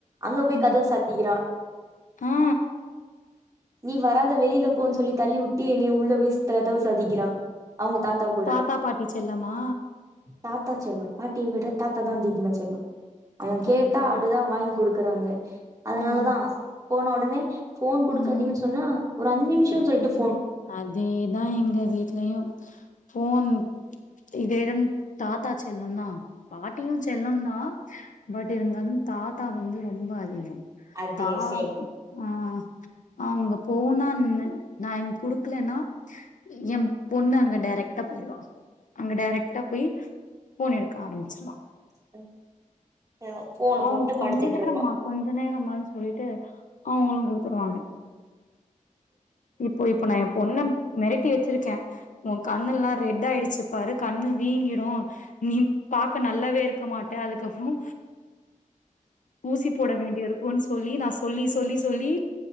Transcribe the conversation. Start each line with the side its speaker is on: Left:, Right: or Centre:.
Right: அங்க போய்
Left: ம்
Right: கதவ சாத்திக்கிறா
Left: ஆ
Right: நீ வராத இந்த வெளில போன்னு சொல்லி தள்ளி விட்டி என்னய உள்ள வீசி கதவ சாத்திக்கிறான் அவங்க கூட
Left: தாத்தா பாட்டி செல்லமா?
Right: தாத்தா செல்லோ பாட்டிய விட தாத்தாதா அதிகமா செல்லோ அவ
Left: தாத்தா
Right: ஒன்னு கேட்டா
Left: அதுதா
Right: அழுதா வாங்கி குடு க்கறாங்க அதனாலதா
Left: ம்
Right: போன உடனே ஃபோன் குடுக்காதீங்கன்னு
Left: ம்
Right: சொன்னா ஒரு அஞ்சு நிமிஷோன்னு சொல்ட்டு
Left: அதேதா எங்க வீட்லயு ஃபோன் இதேதும் தாத்தா செல்லொந்தா பாட் டியு செல்லொந்தா பட் இருந்தாலும் தாத்தா வந்து ரொம்ப அதிகொ
Right: அதே
Left: தா
Right: சேம்
Left: ஆ அங்க போனான் நா இங் குடுக்லென்னா எம் பொண்ணு அங்க டைரக்டா போயிடுவா அங்க டைரக்ட்டா போய் ஃபோன் எடுக்க ஆரம்பிச்சிருவா
Right: <inaudible> ஃபோன
Left: அவுங்க
Right: போட்டு
Left: கொஞ்ச
Right: படுத்துட்டு
Left: நேரம்மா
Right: இருப்பா
Left: கொஞ்ச நேரம்மான் சொல்ட்டு அவுங்களு குடுத்துருவாங்க இப்போ இப்ப நா எ பொண்ண மெரட்டி வச்சுருக்கே ஒ கண்ணுல்லா ரெட் ஆயிடுச்சு பாரு கண்ணு வீங்கிடு நீ பாக்க நல்லாவே இருக்க மாட்ட அதுக்கப்றொ ஊசி போட வேண்டியருக்குன் சொ ல்லி நா சொல்லி சொல்லி சொல்லி